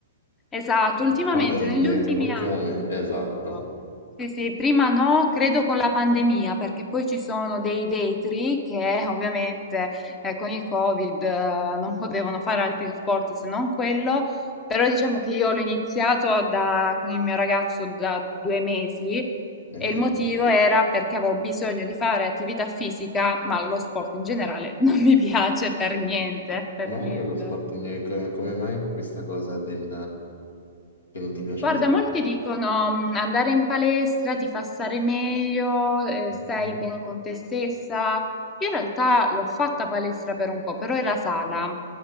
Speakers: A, on the left; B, on the left.
A: Esatto, ultimamente
B: Ultimamente,
A: negli ultimi
B: ultimamente,
A: anni si è diffuso.
B: esatto.
A: Sì, sì, prima no, credo con la pandemia, perché poi ci sono dei vetri che ovviamente eh, con il Covid eh, non potevano fare altri sport se non quello, però diciamo che io l'ho iniziato da- con il mio ragazzo da due mesi
B: Mhm.
A: e il motivo era perché avevo bisogno di fare attività fisica, ma lo sport in generale non mi piace per niente, per
B: Ma non
A: niente.
B: è che lo sport, ne- co- come mai questa cosa del che non ti piace
A: Guarda,
B: lo sport?
A: molti dicono "Mm, andare in palestra ti fa stare meglio, eh,
B: Mhm.
A: stai bene con te stessa. Io in realtà l'ho fatta palestra per un po', però era sala.